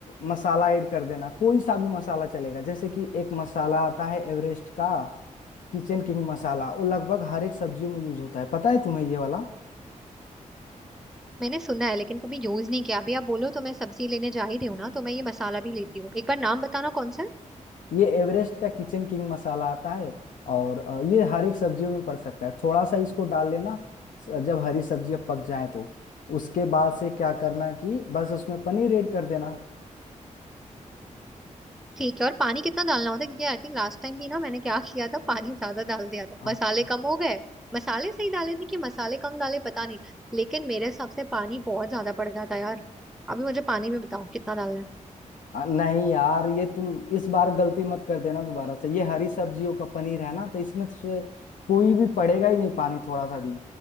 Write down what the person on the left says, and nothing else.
मसाला ऐड कर देना कोई सा भी मसाला चलेगा जैसे कि एक मसाला आता है एवरेस्ट का किचन किंग मसाला वो लगभग हर एक सब्जियों में यूज होता है पता है तुम्हें ये वाला
ये एवरेस्ट का किचन किंग मसाला आता है और अ, ये हर एक सब्जियों में पड़ सकता है थोड़ा सा इसको डाल लेना स- जब हरी सब्जियां पक जाएं तो उसके बाद से क्या करना कि बस उसमें पनीर ऐड कर देना
हाँ,
हाँ।
आ, नहीं यार ये तुम इस बार गलती मत कर देना दोबारा से ये हरी सब्जियों का पनीर है ना तो इसमें से कोई भी पड़ेगा ही नहीं पानी थोड़ा सा भी